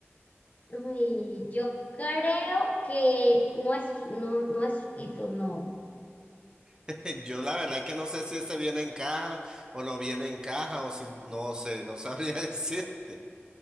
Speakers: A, on the left (about 35°); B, on the right (about 20°).
A: Uy, yo creo que no es, no, no es suizo, no.
B: <laughs> yo la verdad es que no sé si ese viene en caja o no viene en caja o si, no sé, no sabría <laughs> decir.